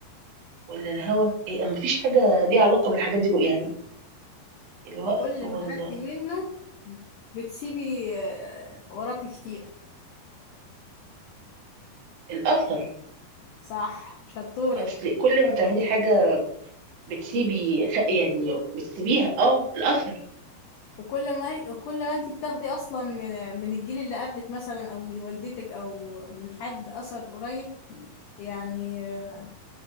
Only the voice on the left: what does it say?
كل
ما خدتي منه بتسيبي آه، وراك كتير
صح شطورة
وكل ما وكل ما انتي بتاخدي أصلا من من الجيل اللي قبلك مثلا أو من والدتك أو من حد أثر قريب يعني آه،